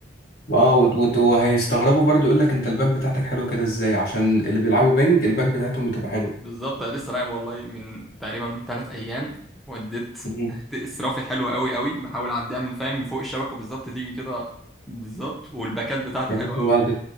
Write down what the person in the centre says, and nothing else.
<laughs> بالظبط انا لسه لاعب والله من تقريبا ثلاث ايام وديت
تحت اسرافي حلو قوي قوي بحاول اعديها من فاهم من فوق الشبكه بالظبط تيجي كده بالظبط والباكات بتاعتي
حلوه قوي